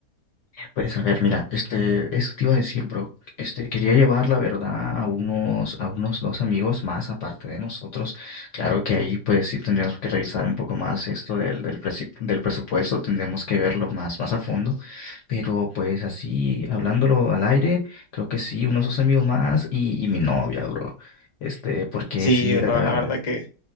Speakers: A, on the left (about 60°); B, on the left (about 30°).
A: Pues a ver, mira, este, eso te iba a decir, bro. Este, quería llevar, la verdad, a unos, a unos dos amigos más aparte de nosotros. Claro que ahí, pues sí tendríamos que revisar un poco más esto del, del, presi- del presupuesto, tendríamos que verlo más, más a fondo. Pero pues así, hablándolo al aire, creo que sí, unos dos amigos más y, y mi novia, bro. Este, porque
B: Sí,
A: sí,
B: bro,
A: la verdad.
B: la verdad que,